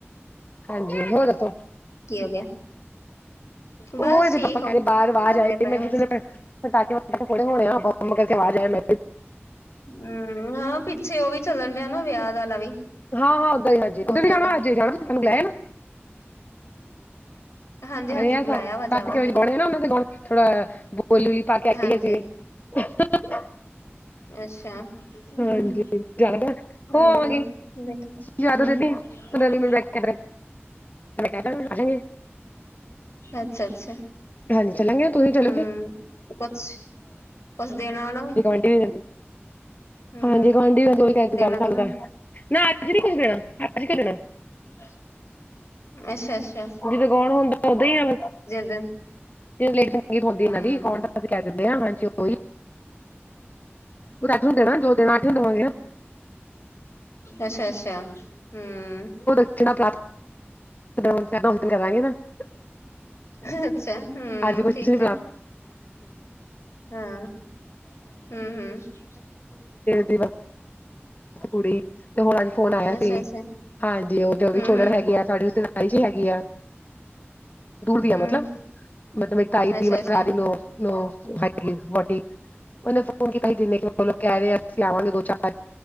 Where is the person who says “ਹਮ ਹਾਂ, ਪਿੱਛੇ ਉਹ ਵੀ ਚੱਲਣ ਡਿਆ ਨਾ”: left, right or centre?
Left